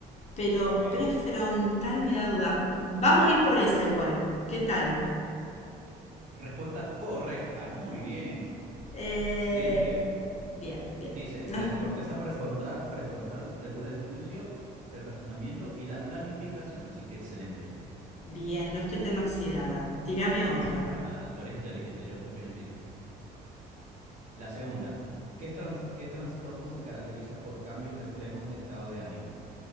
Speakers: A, on the left; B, on the right.
A: pero
B: ok.
A: prefrontal me da duda. Vamos a ir por esa igual. ¿Qué tal?
B: Respuesta correcta. Muy bien.
A: Eh,
B: Excelente.
A: bien, bien.
B: Dice,
A: No
B: la
A: es-
B: corteza prefrontal, prefrontal regula el juicio, el razonamiento y la planificación. Así que excelente.
A: bien, no estoy tan oxidada. Tírame otra.
B: No, para nada. Tú eres inteligente. Yo confío en ti. La segunda. ¿Qué, trans- qué trastorno se caracteriza por cambios extremos de estado de ánimo